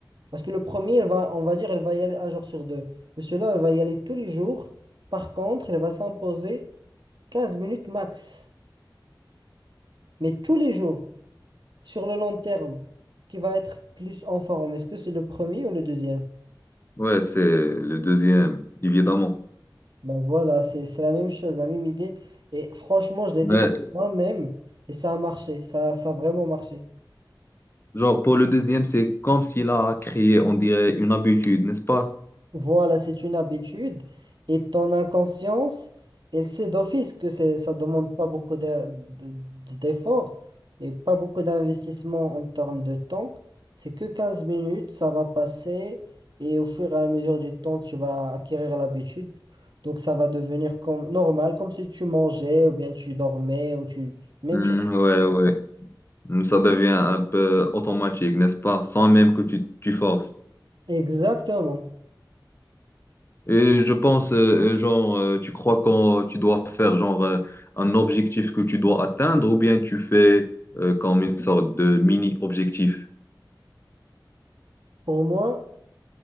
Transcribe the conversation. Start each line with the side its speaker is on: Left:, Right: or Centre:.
Right: Parce que le premier, elle va, on va dire, elle va y aller un jour sur deux. Mais celui-là, elle va y aller tous les jours. Par contre, elle va s'imposer 15 minutes max. Mais tous les jours, sur le long terme, qui va être plus en forme. Est-ce que c'est le premier ou le deuxième?
Left: Ouais, c'est le deuxième, évidemment.
Right: Ben voilà, c'est c'est la même chose, la même idée. Et franchement, je l'ai
Left: Ouais,
Right: testé moi-même et ça a marché, ça, ça a vraiment marché.
Left: genre pour le deuxième, c'est comme s'il a créé, on dirait, une habitude, n'est-ce pas?
Right: Voilà, c'est une habitude et ton inconscience, elle sait d'office que c'est, ça demande pas beaucoup de- de- de- d'efforts et pas beaucoup d'investissement en termes de temps. C'est que 15 minutes, ça va passer et au fur et à mesure du temps, tu vas acquérir l'habitude. Donc ça va devenir comme normal, comme si tu mangeais ou bien tu dormais ou tu même
Left: Hmm,
Right: tu
Left: ouais, ouais. Hmm, Ça devient un peu automatique, n'est-ce pas? Sans même que tu, tu forces.
Right: Exactement.
Left: Et je pense, euh, euh, genre, euh, tu crois quand tu dois faire, genre, euh, un objectif que tu dois atteindre, ou bien tu fais euh, comme une sorte de mini-objectif.
Right: Pour moi,